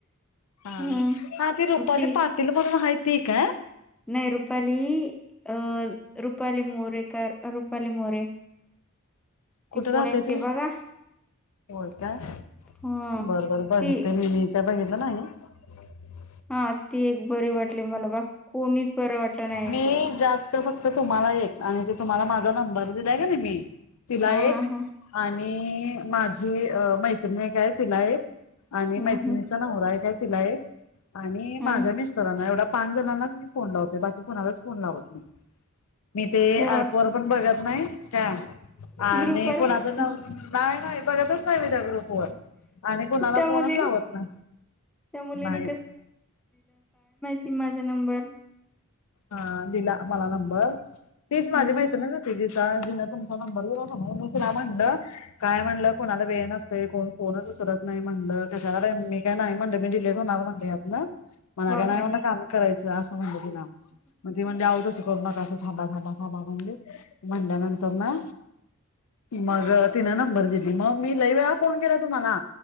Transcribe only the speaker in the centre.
हम्म
हुती
नाही रुपाली अं रुपाली मोरे का रुपाली मोरे
ती पुण्याची
बघा
ह
ती
हा ती एक बरी वाटली मला बाकी कोणीच बरं वाटलं नाही
हा
हा हा
हम्म
हम्
हा
अरे
वा
ग्रुप बरोबर
त्या
मुलीने
त्या मुलीने
ति माझं नंबर
हम्म
बापरे